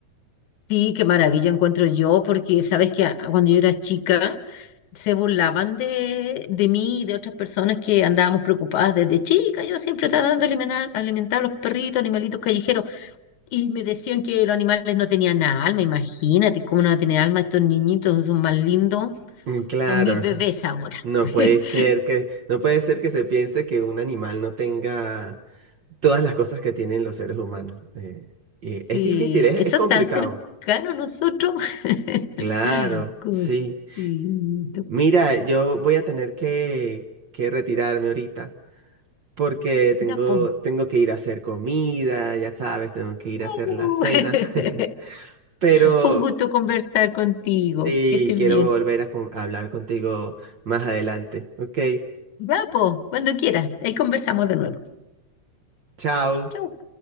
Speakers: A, on the left; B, on the right.
A: Sí, qué maravilla encuentro yo, porque sabes que a- cuando yo era chica se burlaban de, de mí y de otras personas que andábamos preocupadas desde chica. Yo siempre estaba dando alimentar, alimentar a los perritos, animalitos callejeros, y me decían que los animales no tenían alma. Imagínate cómo no van a tener alma estos niñitos, son más lindos,
B: Mm, Claro,
A: son mis bebés ahora.
B: <laughs> no
A: <laughs>
B: puede ser que, no puede ser que se piense que un animal no tenga todas las cosas que tienen los seres humanos. Eh, eh, es
A: Sí,
B: difícil, es,
A: eso
B: es complicado.
A: tan cercano a nosotros. <laughs>
B: Claro,
A: Cosito.
B: sí. Mira, yo voy a tener que, que retirarme ahorita. porque tengo,
A: Ya, po.
B: tengo que ir a hacer comida, ya sabes, tengo que ir
A: Uh,
B: a hacer la cena.
A: <laughs>
B: <laughs> Pero
A: Fue un gusto conversar contigo.
B: sí,
A: Que estés
B: quiero
A: bien.
B: volver a, con- a hablar contigo más adelante. Ok,
A: Ya, po, cuando quieras. Ahí conversamos de nuevo.
B: chao.
A: Chau.